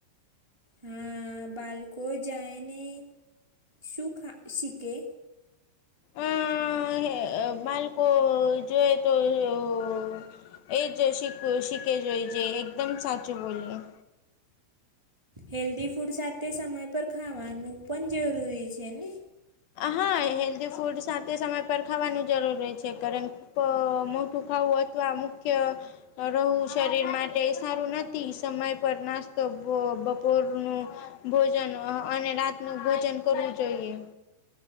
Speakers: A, on the right; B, on the left.
A: હમ્મ, બાલકો જાયને શું ખા શીખે?
B: અહ બાલકો જોઈએ તો તો એ જ શીખું શીખે જોઈ જે એકદમ સાચું બોલીયા.
A: હેલ્ધી ફૂડ સાથે સમય પર ખાવાનું પણ જરૂરી છે ને?
B: હા હેલ્ધી ફૂડ સાથે સમય પર ખાવાનું જરૂરી છે. કારણ કહ્ ખુબ મોટું ખાવું હોય તો આ મુખ્ય રહેવું શરીર માટે સારું નથી. સમય પર નાસ્તો બ-બપોરનું ભોજન અને રાતનુ ભોજન કરવું જોઈએ.